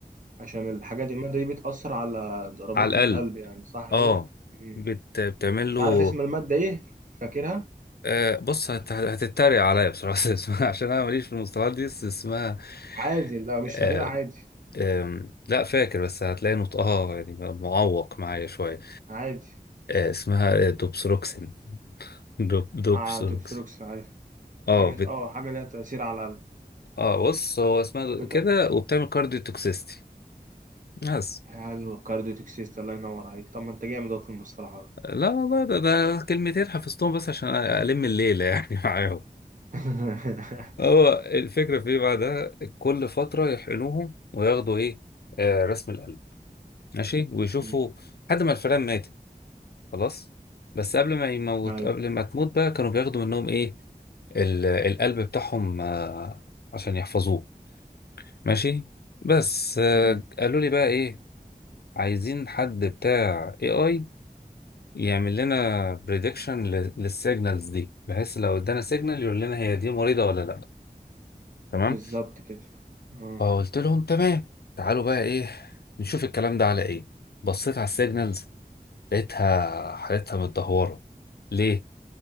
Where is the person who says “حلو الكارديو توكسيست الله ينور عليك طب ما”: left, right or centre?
Right